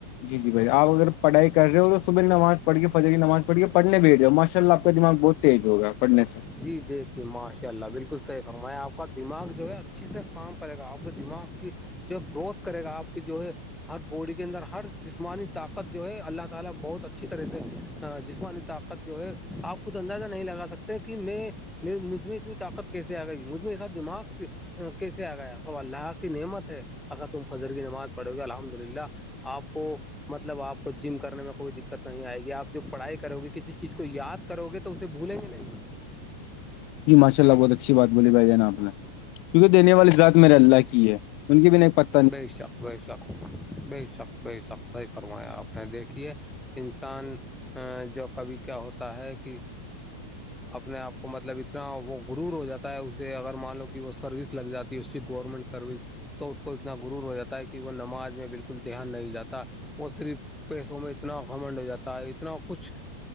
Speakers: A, on the left (about 45°); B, in the centre.
A: جی جی بھائی آپ اگر پڑھائی رہے ہو تو صبح نماز پڑھ کے فجح کی نماز پڑھی کے پڑنے بھی رہے ہو ماشاءلہ آ کا دماغ بہت تیز ہوگا پڑنے سے
B: جی دیکھیے ماشاء اللہ بالکل صحیح فرمایا آپ کا دماغ جو ہے اچھیے سے کام پڑے گا آپ کے دماغ کی جو گروتھ کرے گا آپ کی جو ہے بوڑی کے اندر ہر جسمانی طاقت جو ہے اللہ تعالی بہت اچھی طرح سے جس جو ہے آپ خود اندازہ نہیں لگا سکتے کہ کہ میں مجھ میں اتنی طاقت کیسے آ گئی مجھ م ساتھ دماغ کیسے آ گیا ا اللہ کی نعمت ہے اگر تم فجر کی نماز پڑھو گے الحمد للہ آپ کو مطلب آپ کو جم کرنے میں کوئی دقت نہیں آئے گی آپ جو پڑھائی کرو گے کسی چیز کو یاد کرو گے تو اسے بھولیں گے نہیں
A: ج ماشءلہ بہت اچھی بات بولی بھائی ج نا اپنا کیونکہ دینے والی ذات میرے اللہ کی ہے ان کی بھی ایک پ
B: بے شک بے شک بے شک بے شک صحی فرمایا آپ نے دیکھیے انسان جو کبھی کیا ہوتا ہے کہ اپنے آپ کو مطلب اتنا وہ غرور ہو جاتا ہے اسے اگر مان لو کہ وہ سروس لگ جاتا اس کی گورمنٹ سروس تو اس کو اتنا رور ہو جاتا ہے کہ وہ نماز میں بالکل دھیان نہیں جاتا اور صرف پیسوں میں اتنا گھمنڈ ہو جاتا ہے اتنا کچھ